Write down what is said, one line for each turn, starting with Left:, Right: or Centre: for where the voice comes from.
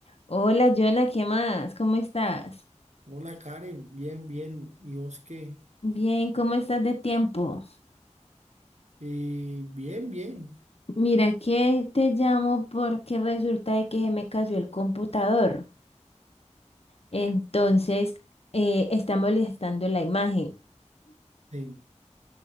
Left: Hola, Joana, ¿qué más? ¿Cómo estás?
Right: Hola Karen, bien, bien. ¿Y vos qué?
Left: Bien, ¿cómo estás de tiempo?
Right: Eh, bien, bien.
Left: Mira que te llamo porque resulta de que se me cayó el computador. Entonces, eh, está molestando la imagen.
Right: Sí.